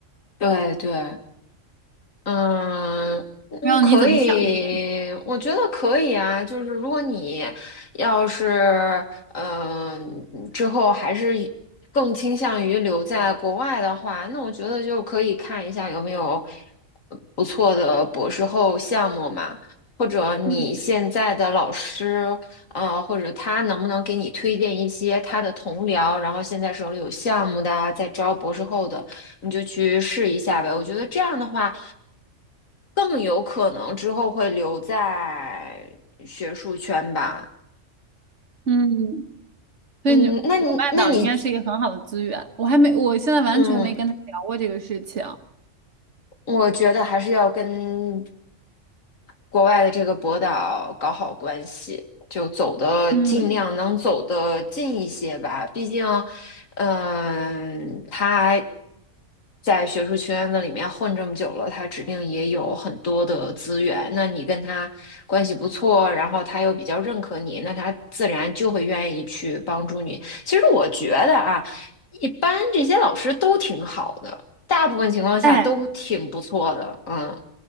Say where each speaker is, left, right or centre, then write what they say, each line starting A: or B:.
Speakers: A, on the left; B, on the right.
A: 对对。嗯嗯，
B: 不知道你怎么想这个问题？
A: 可以，我觉得可以啊。就是如果你要是嗯，之后还是更倾向于留在国外的话，那我觉得就可以看一下有没有呃不错的博士后项目嘛，或者你现在的老师，
B: 嗯
A: 呃，或者他能不能给你推荐一些他的同僚，然后现在手里有项目的啊，在招博士后的。你就去试一下呗。我觉得这样的话，更有可能之后会留在学术圈吧。
B: 嗯。所以你我爸岛应该是一个很好的资源。
A: 嗯，那你，那你，
B: 我还没，我现在完全没跟他聊过这个事情。
A: 嗯。我觉得还是要跟国外的这个博导搞好关系，就走的尽量能走得近一些吧。
B: 嗯，
A: 毕竟，嗯，他在学术圈子里面混这么久了，他指定也有很多的资源。那你跟他关系不错，然后他又比较认可你，那他自然就会愿意去帮助你。其实我觉得啊，一般这些老师都挺好的。大部分情况下都挺不错的，
B: 哎，
A: 嗯